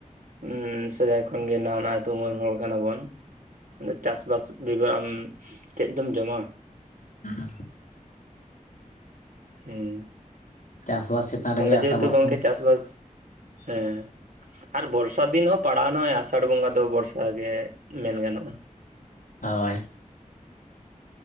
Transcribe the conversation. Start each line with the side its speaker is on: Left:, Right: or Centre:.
Right: ᱩᱱᱥᱮᱫᱟᱭ ᱠᱷᱚᱱ ᱜᱮ ᱱᱟᱣᱟ ᱱᱟᱣᱟ ᱛᱩᱢᱟᱹᱞ ᱦᱚᱲ ᱠᱟᱱᱟ ᱵᱚᱱ᱾ ᱪᱟᱥᱵᱟᱥ ᱵᱮᱜᱚᱨ ᱟᱢ ᱪᱮᱫ ᱫᱚᱢ ᱡᱚᱢᱟ
Left: ᱦᱩᱸᱜ ᱩ
Right: ᱦᱩᱸ
Left: ᱪᱟᱥᱵᱟᱥ ᱪᱮᱛᱟᱱ ᱨᱮᱜᱮ
Right: ᱛᱟᱦᱞᱮ
Left: ᱟᱥᱟ
Right: ᱡᱮᱦᱮᱛᱩ
Left: ᱵᱷᱚᱨᱥᱟ
Right: ᱜᱚᱝᱠᱮ ᱪᱟᱥᱵᱟᱥ ᱦᱮᱸ ᱟᱨ ᱵᱚᱨᱥᱟ ᱫᱤᱱ ᱦᱚᱸ ᱯᱟᱲᱟᱣ ᱱᱟ ᱱᱚᱜᱚᱭ ᱟᱥᱟᱲ ᱵᱚᱸᱜᱟ ᱫᱚ ᱵᱚᱨᱥᱟ ᱜᱮ ᱢᱮᱱ ᱜᱟᱱᱚᱜ-ᱟ᱾
Left: ᱦᱳᱭ